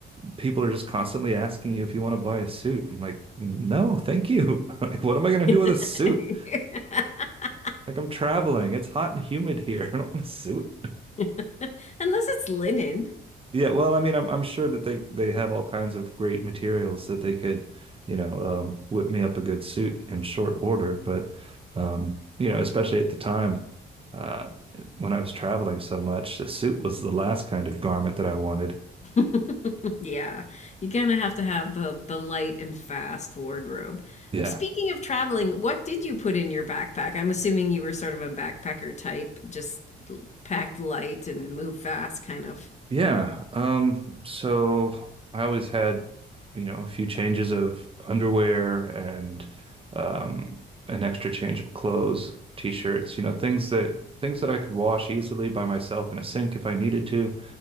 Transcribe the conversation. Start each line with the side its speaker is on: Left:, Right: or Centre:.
Right: people are just constantly asking you if you want to buy a suit. I'm like, no, thank you. <laughs> what am I going to
Left: <laughs>
Right: do with a suit? Like, I'm traveling, it's hot and humid here. <laughs> I don't want a suit.
Left: <laughs> Unless it's linen.
Right: Yeah, well, I mean, I'm I'm sure that they they have all kinds of great materials that they could, you know, um, whip me up a good suit in short order. But, um, you know, especially at the time, uh, when I was traveling so much, a suit was the last kind of garment that I wanted.
Left: <laughs> Yeah, you kind of have to have the the light and fast wardrobe.
Right: Yeah.
Left: Speaking of traveling, what did you put in your backpack? I'm assuming you were sort of a backpacker type, just l- packed light and move fast kind of.
Right: Yeah. Um, so I always had, you know, a few changes of underwear and um an extra change of clothes, t-shirts, you know, things that things that I could wash easily by myself in a sink if I needed to.